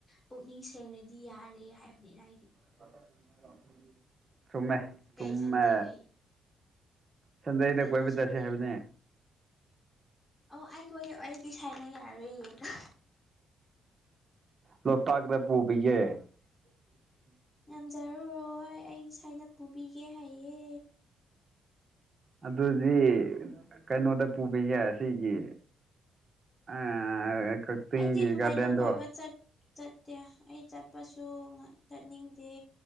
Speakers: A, on the left (about 20°); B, on the right (about 35°).
A: ꯄꯨꯛꯅꯤꯡ ꯁꯦꯡꯔꯗꯤ ꯌꯥꯔꯦ ꯍꯥꯏꯕꯅꯤꯗ ꯑꯩꯗꯤ
B: <unintelligible> ꯆꯨꯝꯃꯦ ꯆꯨꯝꯃꯦ
A: ꯀꯩ ꯁꯟꯗꯦ ꯀꯩ
B: ꯁꯟꯗꯦꯗ
A: ꯀꯩꯅꯣ
B: ꯀꯣꯏꯕ
A: ꯁꯟꯗꯦ
B: ꯆꯠꯁꯦ ꯍꯥꯏꯕꯅꯦ
A: ꯑꯣ ꯑꯩꯒꫭꯏ ꯑꯩꯗꯤ ꯁꯥꯏꯅ ꯌꯥꯔꯨꯏꯌꯦ ꯗꯣ
B: ꯂꯣꯛꯄꯥꯟꯗ ꯄꯨꯕꯤꯒꯦ <unintelligible>
A: ꯌꯉꯝꯖꯔꯔꯣꯏ ꯑꯩꯒꯤ ꯁꯥꯏꯅ ꯄꯨꯕꯤꯒꯦ ꯍꯥꯏꯌꯦ
B: ꯑꯗꯨꯗꯤ ꯀꯩꯅꯣꯗ ꯄꯨꯕꯤꯒꯦ ꯑꯁꯤꯒꯤ ꯑꯥ ꯀꯛꯆꯤꯡꯒꯤ
A: ꯑꯩꯗꯤ ꯑꯗꯨꯃꯥꯏꯅ
B: ꯒꯥꯔꯗꯦꯟꯗꫭ
A: ꯀꯣꯏꯕ ꯆꯠ ꯆꯠꯇꯦ ꯑꯩ ꯆꯠꯄꯁꯨ ꯆꯠꯅꯤꯡꯗꯦ